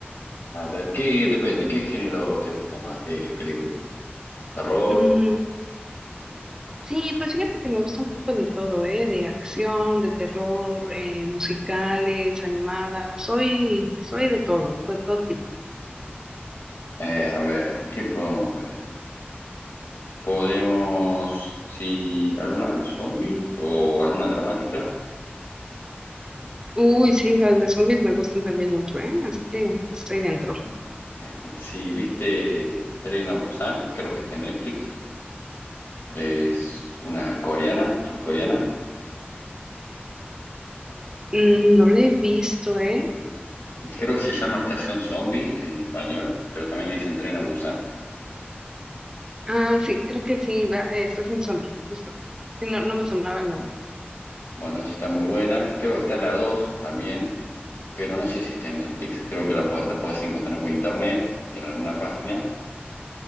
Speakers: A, on the left; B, on the right.
A: A ver, ¿qué depende? ¿Qué género te gusta más de película? ¿Terror?
B: Mm, sí, pues fíjate que me gusta un poco de todo, eh, de acción, de terror, eh, musicales, animadas. Soy, soy de todo, de todo tipo.
A: Eh, a ver, ¿qué podemos ver? ¿Podemos, si alguna de zombies o alguna dramática?
B: Uy, sí, las de zombies me gustan también mucho, eh, así que estoy dentro.
A: Eh, Si viste Tren a Busan, creo que está en Netflix. Es una coreana, surcoreana.
B: Mm, No lo he visto, ¿eh?
A: Y Creo que se llama Estación Zombie en español, pero también le dicen Tren a Busan.
B: Ah, sí, creo que sí, la- eh, estás en zombie, justo. Sí, no, no me sonaba el nombre.
A: Bueno, esa está muy buena. Creo que está la 2 también, pero no sé si está en Netflix. Creo que la, po- la podés encontrar por internet, en alguna página,